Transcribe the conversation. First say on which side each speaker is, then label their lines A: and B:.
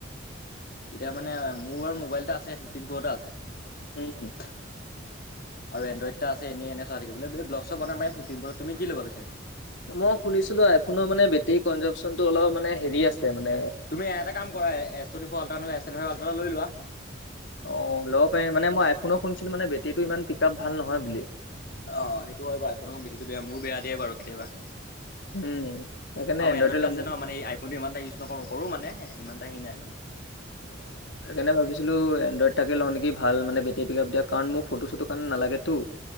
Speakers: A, on the left; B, on the left.
A: এতিয়া মানে মোৰু মোবাইল এটা আছে ফিফটিন টুৰ এটা আছে।
B: উম।
A: <unintelligible> আৰু এনড্ৰড এটা আছে এনে এনে চ থাকিবো ব্লগ চ বনাব পিম ফিফটিন তুমি কি ল'ব পিছে?
B: মই শুনিছিলো আইফোনৰ মানে বেটেৰী কনজামচনতটো অলপ মানে হেৰি আছে মানে
A: তুমি এ কাম কৰা এ টনি ফল্ এল্্ৰা লৈ লোৱা।
B: অ' ল'ব পাৰি মান মইফোনক শুনিছিলো, মানে বেটেৰীটো ইমান পিক আপ ভাল নহয় বুলি।
A: অ' সেইটো হয় বাৰু আউ ফোন বেটেৰিটো বেয়া মোৰ বেয়া দিয়ে বাৰু কেতিয়াবা।
B: উম। সেইকাৰণে
A: আৰু
B: এনড্ৰইডে
A: এনড্ৰইড
B: ল'ম
A: এ আছে
B: নেকি
A: ন মানে এই আইফোনটো ইমানটা ইউজ নকৰোঁ কৰো মানে ইমানটা হে নাই মানে।
B: <inaudible> সেইকাৰণে ভাবিছিলো এনড্ৰইড তাকে লওঁ নেকি ভাল মান বেটেৰিকিপ দিয়ে কাৰণ মোৰ ফটো চটো কাৰে নালাগে তো।